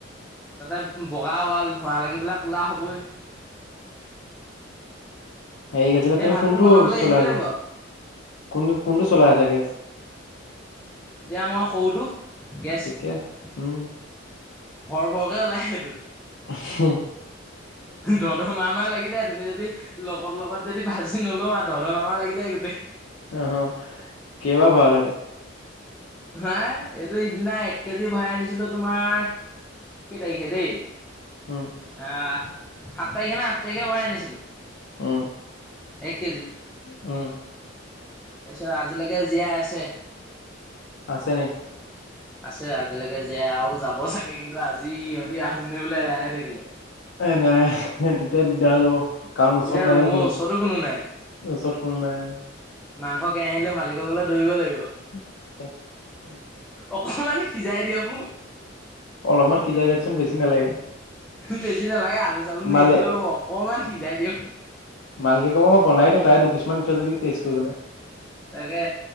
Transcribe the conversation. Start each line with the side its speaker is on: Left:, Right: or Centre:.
Centre: তাতে বগা ৱাল ধোঁৱা লাগিপেলাই ক'লা হ'বই।
Left: এই এতিয়া তুমি
Centre: ভাতটো
Left: কোনটো
Centre: বনাবলৈ
Left: চলাই
Centre: এৰি দিব
Left: আছা,
Centre: লাগিব আৰু
Left: কোন কোনটো চলাই আছা গেছ
Centre: এতিয়া মই সৰুটো গেছ
Left: ঠিকে আছে উম
Centre: ভৰ ভৰকে ওলাই সেইটোত।
Left: হে
Centre: ধ ধ মা মা লাগি যায় তো তুমি যদি লগৰ লগত যদি ভাজি নলওঁ। আও ধৰ ধৰ মাৰ মাৰ লাগি যায় গোটেই।
Left: আহ হ কেইবা ভাল হ'ল?
Centre: হা এইটো সিদিনা এক কেজি ভৰাই আনিছিলো। তোমাৰ কেই তাৰিখে দেই,
Left: উম
Centre: আহ সাত তাৰিখে না আঠ তাৰিখে ভৰাই আনিছিলো।
Left: হ'ম।
Centre: এক কেজি
Left: উম।
Centre: তাৰপিছত আজিলৈকে জীয়াই আছে?
Left: আছে নেকি?
Centre: আছে আজিলৈকে জীয়াই আৰু যাব চাগে কিন্তু আজি সিহঁতি আহঙে বোলে এদাইহৈ থাকিব।
Left: এ নাই তেতিয়া দিগদাৰ হৈ যাব। কাৰণ ওচৰত
Centre: এতিয়া
Left: নাইযে।
Centre: ৰুমৰ
Left: কোনো
Centre: ওচৰতো নাই
Left: ওচৰত কোনো নাই আৰু
Centre: মাংস কেৰাহী লৈ মালিক ঘৰলে দৌৰিব লাগিব।
Left: <unintelligible>
Centre: অকমান সিজাই দিয়ক।
Left: অলপমান সিজাই চাওঁকচোন বেছি নালাগে।
Centre: বেছি নালাগে আলু-চালু নিহিজিলো
Left: মালে
Centre: অকমান সিজাই দিয়ক।
Left: মালকী কব মই বনাই দিওঁ তাই দুপিছমান ই থৈ যাবি টেষ্ট কৰিবলৈ।
Centre: তাকে।